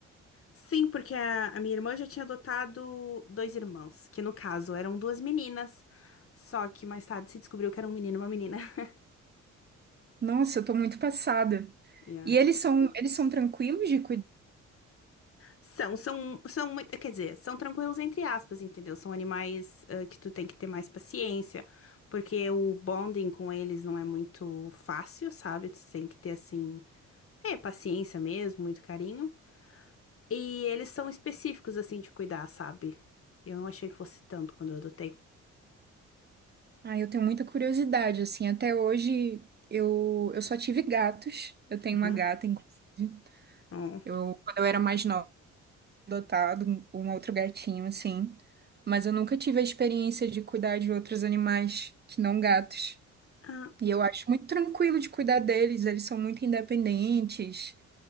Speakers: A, on the left; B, on the right.
A: Sim, porque a, a minha irmã já tinha adotado dois irmãos, que no caso eram duas meninas. Só que mais tarde se descobriu que era um menino e uma menina. <laughs>
B: Nossa, eu tô muito passada.
A: Yeah.
B: E eles são, eles são tranquilos de cuidar?
A: São, são, são, muito- quer dizer, são tranquilos entre aspas, entendeu? São animais, ah, que tu tem que ter mais paciência, porque o bonding com eles não é muito fácil, sabe? Tu tem que ter, assim, é, paciência mesmo, muito carinho. E eles são específicos, assim, de cuidar, sabe? Eu não achei que fosse tanto quando eu adotei.
B: Ah, eu tenho muita curiosidade, assim, até hoje eu, eu só tive gatos, eu tenho
A: Uhum.
B: uma gata, inclusive.
A: Hum.
B: Eu, quando eu era mais nova, adotado um um outro gatinho, assim, mas eu nunca tive a experiência de cuidar de outros animais que não gatos.
A: Ah,
B: E eu acho muito tranquilo de cuidar deles, eles são muito independentes.